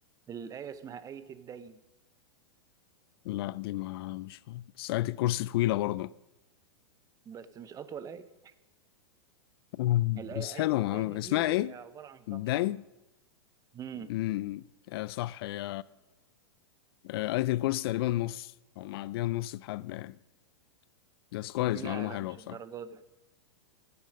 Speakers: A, on the right; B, on the left.
A: الآية اسمها آية الدين
B: لا دي ما مش عارف. بس آية الكرسي طويلة برضه
A: بس مش أطول آية
B: مم.
A: الآية
B: بس حلوة
A: آية
B: معلومة
A: الدين
B: اسمها
A: دي
B: إيه؟
A: هي عبارة عن
B: داين
A: صفحة مم.
B: مم. آه، صح يا آه، قريت الكورس تقريبا نص او معديه النص بحبه يعني ده كويس
A: لا
B: معلومه
A: لا
B: حلوه
A: مش
B: بصراحه
A: الدرجة دي